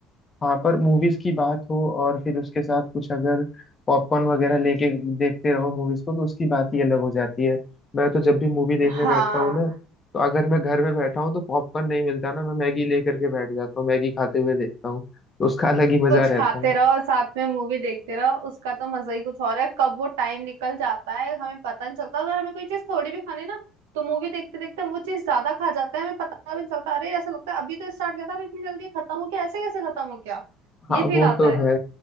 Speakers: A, on the left; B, on the right.
A: वहाँ पर मूवीज की बात हो और फिर उसके साथ कुछ अगर पॉपकॉर्न वगैरह लेके देखते रहो मूवीज को तो उसकी बात ही अलग हो जाती है मैं तो जब भी मूवी देखने
B: हाँ
A: बैठता हूँ ना तो अगर मैं घर में बैठा हूँ तो पॉपकॉर्न नहीं मिलता ना मैं मैगी लेकर के बैठ जाता हूँ मैगी खाते हुए देखता हूँ तो उसका अलग ही मजा
B: कुछ
A: रहता
B: खाते
A: है
B: रहो और साथ में मूवी देखते रहो उसका तो मजा ही कुछ और है कब वो टाइम निकल जाता है हमें पता नहीं चलता अगर हमें कोई चीज थोड़ी भी खानी ना तो मूवी देखते देखते हम वो चीज ज्यादा खा जाते हैं हमें पता भी नहीं चलता अरे ऐसा लगता है अभी तो स्टार्ट किया था और इतनी जल्दी खत्म हो गया ऐसे कैसे खत्म हो गया ये
A: हाँ
B: फील
A: वो
B: आता
A: तो
B: है
A: है